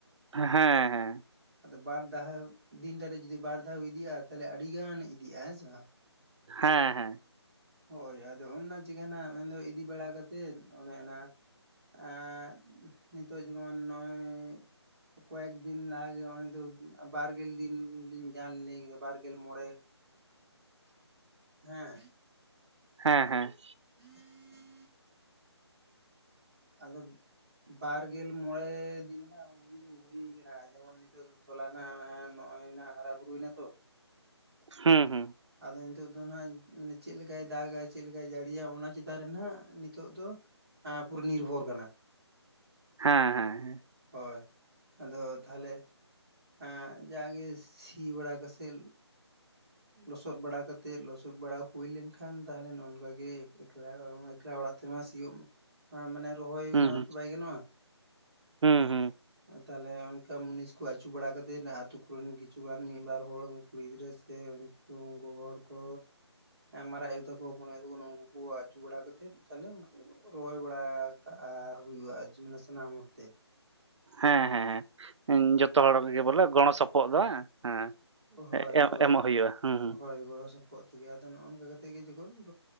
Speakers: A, on the right; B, in the centre.
A: ᱦᱮᱸ ᱦᱮᱸ
B: ᱟᱫᱚ ᱵᱟᱨ ᱫᱷᱟᱣ ᱫᱤᱱᱴᱟᱨᱮ ᱡᱩᱫᱤ ᱵᱟᱨ ᱫᱷᱟᱣ ᱤᱫᱤᱜ-ᱟ ᱛᱟᱭᱞᱮ ᱟᱹᱰᱤ ᱜᱟᱱ ᱤᱫᱤᱜ-ᱟ ᱦᱮᱸᱥᱮ ᱵᱟᱝ᱾
A: ᱦᱮᱸ ᱦᱮᱸ
B: ᱦᱳᱭ ᱟᱫᱚ ᱚᱱᱟ ᱪᱤᱠᱟ ᱱᱟᱜ ᱢᱮᱱᱫᱚ ᱤᱫᱤ ᱵᱟᱲᱟ ᱠᱛᱮᱫ ᱚᱱᱮ ᱚᱱᱟ ᱮᱸ ᱱᱤᱛᱚᱜ ᱡᱮᱢᱚᱱ ᱱᱚᱜ-ᱚᱭ ᱠᱚᱭᱮᱠ ᱫᱤᱱ ᱞᱟᱦᱟᱜᱮ ᱚᱭ ᱛᱚ ᱵᱟᱨᱜᱮᱞ ᱫᱤᱱ ᱞᱤᱧ <unintelligible> ᱵᱟᱨᱜᱮᱞ ᱢᱚᱬᱮ ᱦᱮᱸ
A: ᱦᱮᱸ ᱦᱮᱸ
B: <unintelligible> ᱟᱫᱚ ᱵᱟᱨ ᱜᱮᱞ ᱢᱚᱬᱮ ᱫᱤᱱ ᱦᱩᱭ ᱫᱚ ᱦᱩᱭ ᱠᱟᱱᱟ, ᱡᱮᱢᱚᱱ ᱱᱤᱛᱚᱜ ᱫᱚ ᱛᱚᱞᱟ ᱱᱟᱜ ᱱᱚᱜᱚᱭ ᱱᱟ ᱦᱟᱨᱟ ᱵᱩᱨᱩ ᱭᱮᱱᱟ ᱛᱚ᱾
A: ᱦᱩᱸ ᱦᱩᱸ
B: ᱟᱫᱚ ᱱᱤᱛᱚᱜ ᱫᱚ ᱦᱟᱜ ᱪᱮᱫ ᱞᱮᱠᱟᱭ ᱫᱟᱜ ᱟᱭ? ᱪᱮᱫ ᱞᱮᱠᱟᱭ ᱡᱟᱹᱲᱤᱭᱟ? ᱚᱱᱟ ᱪᱮᱛᱟᱱ ᱨᱮ ᱱᱟᱜ ᱱᱤᱛ ᱱᱤᱛᱚᱜ ᱫᱚ ᱯᱩᱨᱟᱹ ᱱᱤᱨᱵᱷᱚᱨ ᱠᱟᱱᱟ᱾
A: ᱦᱮᱸ ᱦᱮᱸ ᱦᱮᱸ
B: ᱦᱳᱭ ᱟᱫᱚ ᱛᱟᱦᱚᱞᱮ ᱟᱸ ᱡᱟᱜᱮ ᱥᱤ ᱵᱟᱲᱟ ᱠᱟᱥᱮᱞ ᱞᱚᱥᱚᱫ ᱵᱟᱲᱟ ᱠᱟᱛᱮᱜ, ᱞᱚᱥᱚᱫ ᱵᱟᱲᱟ ᱦᱩᱭ ᱞᱮᱱᱠᱷᱟᱱ ᱛᱟᱦᱚᱞᱮ ᱱᱚᱝᱠᱟᱜ ᱜᱮ ᱮ ᱮᱠᱞᱟ ᱚᱲᱟᱜ ᱛᱮᱢᱟ, ᱥᱤᱭᱩᱜ ᱢᱟᱱᱮ ᱨᱚᱦᱚᱭ
A: ᱦᱩᱸ
B: ᱢᱟ
A: ᱦᱩᱸ
B: ᱛᱚ ᱵᱟᱭ ᱜᱟᱱᱚᱜᱼᱟ᱾
A: ᱦᱩᱸ ᱦᱩᱸ
B: ᱛᱟᱦᱚᱞᱮ ᱚᱱᱠᱟ ᱢᱩᱱᱤᱥ ᱠᱚ ᱟᱡ ᱟᱹᱪᱩ ᱵᱟᱲᱟ ᱠᱟᱛᱮᱫ, ᱟᱹᱛᱩ ᱠᱚᱨᱮᱱ ᱠᱤᱪᱷᱩ ᱜᱟᱱ ᱢᱤᱫ ᱵᱟᱨ ᱦᱚᱲ ᱠᱩᱲᱤ ᱜᱤᱫᱽᱨᱟᱹ ᱥᱮ ᱜᱚᱜᱚ ᱦᱚᱲ ᱠᱚ᱾ ᱢᱟᱨᱟ ᱟᱭᱳ ᱛᱟᱠᱚ, ᱦᱚᱯᱚᱱ ᱟᱭᱳ ᱛᱟᱠᱚ, ᱩᱱᱩᱠᱩ ᱠᱚ ᱟᱪᱩᱸ ᱵᱟᱲᱟ ᱠᱟᱛᱮᱫ ᱛᱟᱦᱞᱮ ᱩᱱᱠᱩ ᱨᱚᱦᱚᱭ ᱵᱟᱲᱟ ᱦᱩᱭᱩᱜᱼᱟ, ᱱᱟᱥᱮ ᱵᱟᱲᱟ ᱢᱚᱫᱮ᱾
A: ᱦᱮᱸ ᱦᱮᱸ ᱡᱚᱛᱚ ᱦᱚᱲ ᱜᱮ ᱵᱚᱞᱮ ᱜᱚᱲᱚ ᱥᱚᱯᱚᱦᱚᱫ ᱫᱚ ᱵᱟᱝ? ᱦᱮᱸ
B: ᱦᱳᱭ ᱜᱚᱲᱚ
A: ᱮᱢᱚᱜ ᱦᱩᱭᱩᱜᱼᱟ᱾ ᱦᱩᱸ ᱦᱩᱸ
B: ᱦᱳᱭ ᱜᱚᱲᱚ ᱥᱚᱯᱚᱦᱚᱫ ᱛᱮᱜᱮ ᱟᱫᱚ ᱱᱚᱜᱼᱚᱭ ᱱᱚᱝᱠᱟ ᱠᱟ ᱠᱟᱛᱮᱜ ᱜᱮ ᱡᱚᱠᱷᱚᱱ